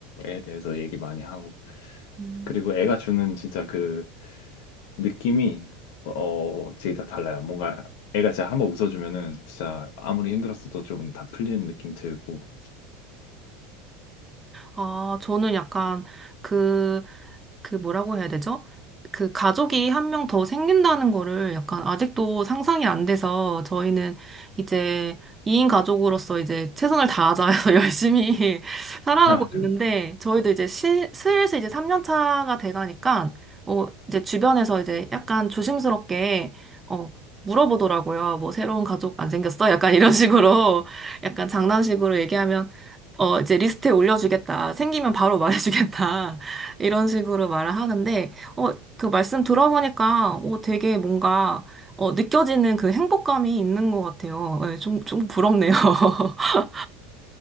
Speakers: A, on the left; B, on the right.
A: 애에 대해서 얘기 많이 하고.
B: 음.
A: 그리고 애가 주는 진짜 그 느낌이 어, 진짜 다 달라요. 뭔가 애가 진짜 한번 웃어주면은 진짜 아무리 힘들었어도 좀 다 풀리는 느낌 들고.
B: 아, 저는 약간 그, 그 뭐라고 해야 되죠? 그 가족이 한 명 더 생긴다는 거를 약간 아직도 상상이 안 돼서 저희는 이제 2인 가족으로서 이제 최선을 다하자 해서 <laughs> 열심히 <laughs> 살아가고
A: <laughs>
B: 있는데 저희도 이제 시, 슬슬 이제 3년 차가 돼가니까 어, 이제 주변에서 이제 약간 조심스럽게 어, 물어보더라고요. 뭐 새로운 가족 안 생겼어? 약간 이런 식으로 <laughs> 약간 장난식으로 얘기하면 어, 이제 리스트에 올려주겠다. 생기면 바로 말해주겠다. <laughs> 이런 식으로 말을 하는데, 어, 그 말씀 들어보니까, 어, 되게 뭔가, 어, 느껴지는 그 행복감이 있는 것 같아요. 예, 좀, 좀 부럽네요. <laughs>